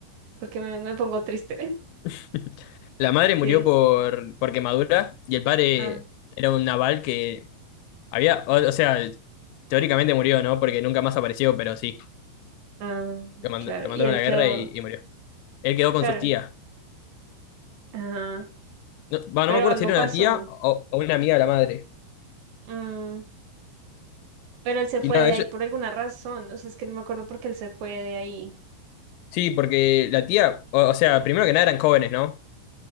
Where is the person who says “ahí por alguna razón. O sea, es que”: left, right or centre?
Right